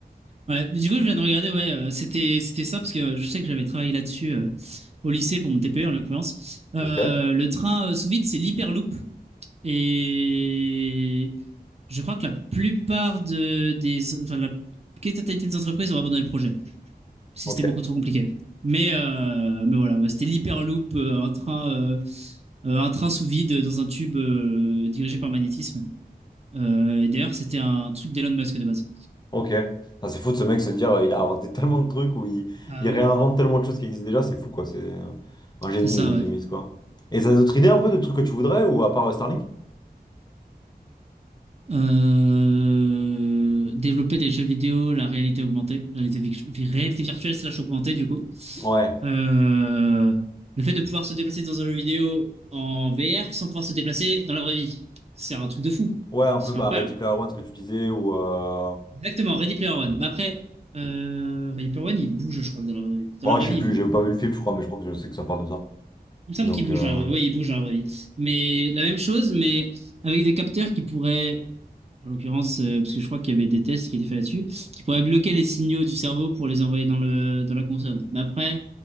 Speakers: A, on the right; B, on the left.
A: Ouais. Mais du coup, je viens de regarder, ouais, euh, c'était c'était ça, parce que euh, je sais que j'avais travaillé là-dessus euh, au lycée pour mon TPE, en l'occurrence. Euh,
B: Ok,
A: le train euh, sous vide, c'est l'hyperloop. Et je crois que la plupart de, des... Enfin, la quasi-totalité des entreprises ont abandonné le projet, parce
B: ok,
A: que c'était beaucoup trop compliqué. Mais, euh, mais voilà, ouais, c'était l'hyperloop, euh, un train, euh, euh, un train sous vide dans un tube euh, dirigé par magnétisme. Euh, et d'ailleurs, c'était un truc d'Elon Musk de base.
B: ok. Putain, C'est fou de ce mec se dire, euh, il a inventé <laughs> tellement de trucs, ou il,
A: Ah
B: il réinvente
A: ouais,
B: tellement de choses qui existent déjà, c'est fou, quoi, c'est euh, un génie,
A: c'est ça,
B: le mec
A: ouais.
B: Emis, quoi. Et t'as d'autres idées un peu de trucs que tu voudrais, ou à part euh, Starlink?
A: Euh, développer les jeux vidéo, la réalité augmentée, réalité, vic- vi- réalité virtuelle slash augmentée, du coup.
B: Ouais.
A: Euh, le fait de pouvoir se déplacer dans un jeu vidéo en VR sans pouvoir se déplacer dans la vraie vie. C'est un truc de fou.
B: Ouais, un
A: Ce
B: peu
A: serait
B: bah,
A: incroyable.
B: Ready Player One, ce que tu disais, ou... Euh...
A: Exactement, Ready Player One. Mais après, euh, Ready Player One, il bouge, je crois, que dans la vraie vie. Dans
B: Bon,
A: la vraie
B: je sais
A: vie,
B: plus,
A: il bouge.
B: j'ai pas vu le film, je crois, mais je crois que je sais que ça parle de ça.
A: Il me semble
B: Donc...
A: qu'il bouge
B: euh,
A: dans la vraie... Oui, il bouge dans la vraie vie. Mais la même chose, mais avec des capteurs qui pourraient En l'occurrence, euh, parce que je crois qu'il y avait des tests qui étaient faits là-dessus, qui pourraient bloquer les signaux du cerveau pour les envoyer dans le, dans la console. Mais après,